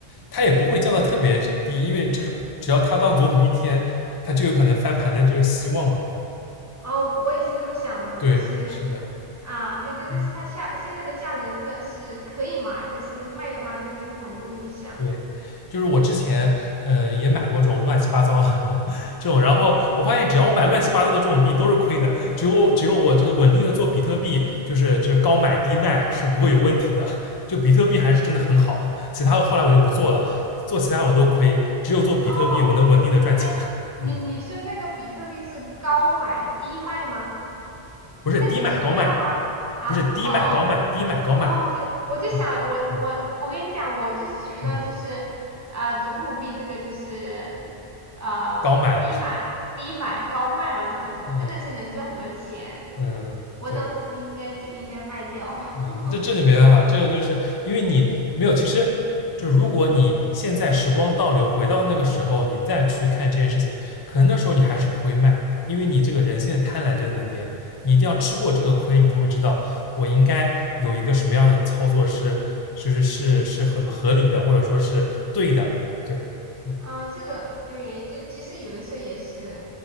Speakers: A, on the left (about 40°); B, on the right (about 15°).
A: 它也不会降到特别低，因为至少只要他当总统一天，他就有可能翻盘的这个希望嘛。
B: 啊、我也是这么想的，
A: 对，
B: 但是
A: 是的。
B: 啊，对对，但是它下现在的价格真的是可以买，
A: 嗯，
B: 但是卖的话真的是很不理想。
A: 对，就是我之前嗯、呃也买过这种乱七八糟的这种这种，然后我发现只要我买乱七八糟的这种币都是亏的，只有只有我这个稳定的做比特币，就是就是高买低卖是不会有问题的，就比特币还是真的很好，其他后来我就不做了，做其他我都亏，只有做比特币我能稳定的赚钱，
B: 哦，哎，你你说那个比特币是高买低卖吗？
A: 嗯，不是低买高卖，
B: 那你不是亏了吗？啊，
A: 不是低买高卖，
B: 哦哦
A: 低买高卖，
B: 哦，就我就想我我我跟你讲，
A: 嗯嗯
B: 我就是学到就是
A: 嗯，
B: 啊、呃总统币这个就是呃低买低买高卖嘛，
A: 高买了，
B: 这种真的是能赚很多钱。
A: 嗯嗯，
B: 我当时应该就应该卖掉。
A: 对。
B: <laughs>
A: 嗯，这这就没办法，这个就是因为你没有，其实就如果你现在时光倒流，回到那个时候，你再去看这件事情，可能那时候你还是不会卖，因为你这个人性的贪婪就在那边，你一定要吃过这个亏，你才会知道我应该有一个什么样的操作是是是是是很合理的，或者说是对的，对，嗯，
B: 嗯、这个对，这其实有的时候也是